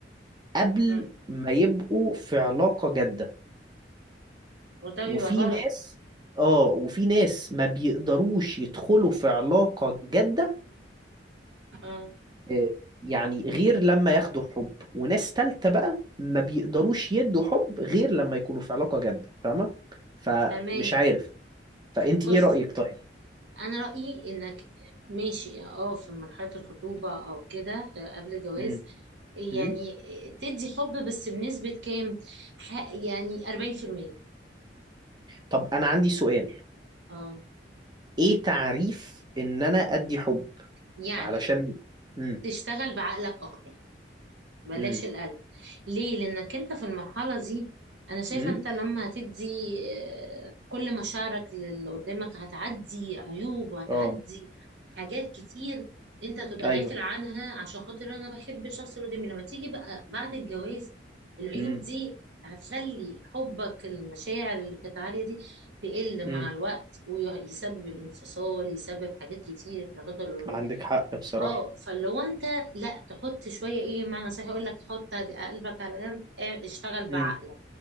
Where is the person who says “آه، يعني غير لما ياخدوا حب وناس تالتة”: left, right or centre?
Right